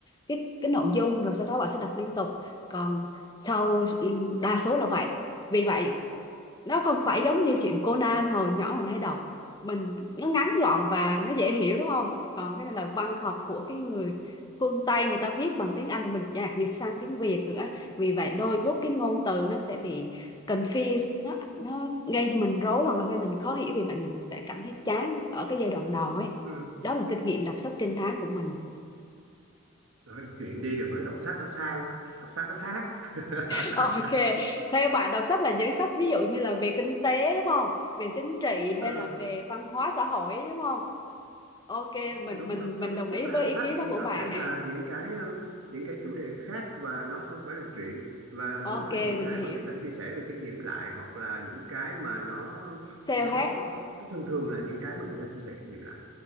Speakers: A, on the left; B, on the right.
A: cái cái nội dung rồi sau đó bạn sẽ đọc liên tục. Còn sau ừ, đa số là vậy. Vì vậy nó không phải giống như chuyện Conan hồi nhỏ mình hay đọc mình nó ngắn gọn và nó dễ hiểu đúng không còn cái này là văn học của cái người phương Tây người ta viết bằng tiếng Anh rồi mình dịch dịch sang tiếng Việt nữa vì vậy đôi lúc cái ngôn từ nó sẽ bị confused nó nó gây cho mình rối hoặc là gây mình khó hiểu vì vậy mình sẽ cảm thấy chán ở cái giai đoạn đầu ấy
B: ừ.
A: đó là kinh nghiệm đọc sách trinh thám của mình
B: Nói đọc truyện đi đừng có nói đọc sách nó sang đọc sách nó khác <laughs>
A: <laughs> Ok, theo bạn đọc sách là những sách ví dụ như là về kinh tế đúng không? Về chính trị
B: Ờ,
A: hay là về văn hóa xã hội đúng không? Ok, mình
B: đúng
A: mình
B: đúng
A: mình
B: đúng
A: đồng
B: tức
A: ý
B: là
A: với
B: sách
A: ý kiến đó
B: thì
A: của
B: nó
A: bạn.
B: sẽ là
A: <laughs>
B: những cái um, những cái chủ đề khác và nó không phải là chuyện và nó
A: Ok,
B: là những
A: mình
B: cái
A: hiểu.
B: mà người ta chia sẻ về kinh nghiệm lại hoặc là những cái mà nó
A: Self-help
B: nó tức thường thường là những cái mà người ta chia sẻ kinh nghiệm lại